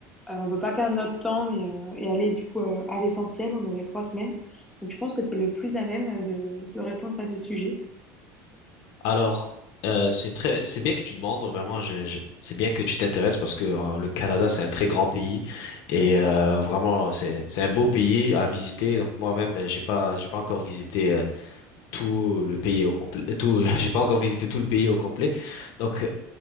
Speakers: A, in the centre; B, on the left.
A: Euh, on veut pas perdre notre temps mais, euh, et aller du coup euh, à l'essentiel. On aurait trois semaines. Donc je pense que tu es le plus à même de, de répondre à ce sujet.
B: Alors, euh, c'est très, c'est bien que tu demandes vraiment. je- je- c'est bien que tu t'intéresses parce que euh, le Canada c'est un très grand pays et euh, vraiment c'est c'est un beau pays à visiter. Donc moi-même j'ai pas j'ai pas encore visité tout le pays au complet. euh, Tout, <laughs> j'ai pas encore visité tout le pays au complet. Donc,